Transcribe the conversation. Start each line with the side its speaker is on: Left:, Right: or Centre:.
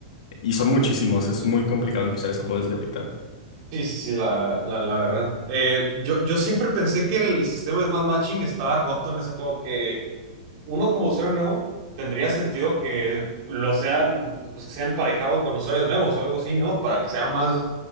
Left: y son muchísimos. Es muy complicado empezar ese juego desde ahorita.
Right: Sí, sí, sí, la, la, la verdad. Eh, yo, yo siempre pensé que el sistema de match matching estaba roto en ese juego, que uno como usuario nuevo tendría sentido que lo sean, pues que sea emparejado con usuarios nuevos o algo así, ¿no? Para que sea más